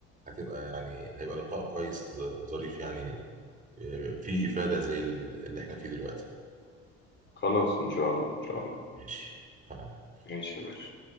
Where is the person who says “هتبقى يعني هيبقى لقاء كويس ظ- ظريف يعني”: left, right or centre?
Right